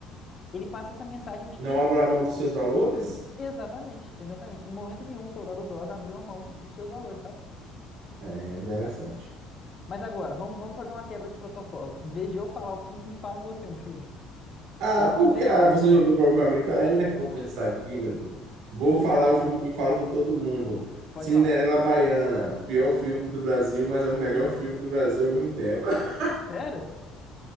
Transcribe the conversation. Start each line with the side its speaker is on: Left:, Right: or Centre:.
Left: Ele passa essa mensagem de
Right: Não
Left: que,
Right: abra mão dos seus valores?
Left: exatamente, exatamente, em momento nenhum o soldado Oz abriu a mão dos seus valores, sabe?
Right: É interessante.
Left: Mas agora, vamos, vamos fazer uma quebra de protocolo. Em vez de eu falar o quinto, me fala você um filme.
Right: Ah,
Left: Que eu fiquei
Right: porque
Left: interessado
Right: ah, você
Left: também.
Right: jogou para mim, pra mim. Peraí, ainda que eu vou pensar aqui, meu Deus. Vou
Left: Se quiser,
Right: falar
Left: eu-
Right: o filme que eu falo com todo mundo.
Left: pode
Right: Cinderela
Left: falar.
Right: Baiana, o pior filme do Brasil, mas é o melhor filme do Brasil ao mesmo tempo. <laughs>
Left: Sério?